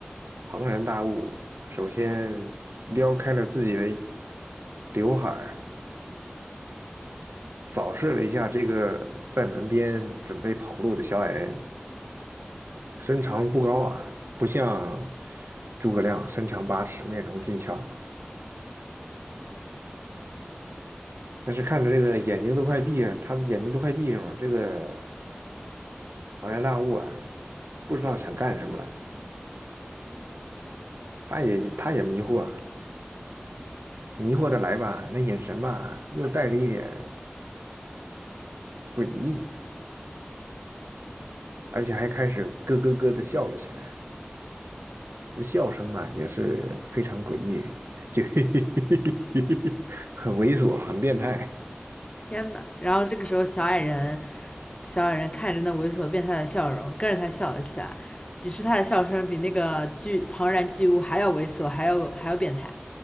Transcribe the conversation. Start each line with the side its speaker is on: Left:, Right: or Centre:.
Right: 庞然大物首先撩开了自己的刘海儿，扫视了一下这个在门边准备跑路的小矮人，身长不高啊，不像诸葛亮身长八尺，面容俊俏。但是看着这个眼睛都快闭了他的眼睛都快闭上了。这个庞然大物啊，不知道想干什么了，他也他也迷惑，迷惑的来吧，那眼神吧，又带着一点诡异，而且还开始咯咯咯的笑了起来。那笑声嘛，也是非常诡异，就 <laughs> 很猥琐，很变态。
Left: 天呐，然后这个时候，小矮人，小矮人看着那猥琐变态的笑容，跟着他笑了起来。于是他的笑声比那个巨庞然巨物还要猥琐，还要还要变态。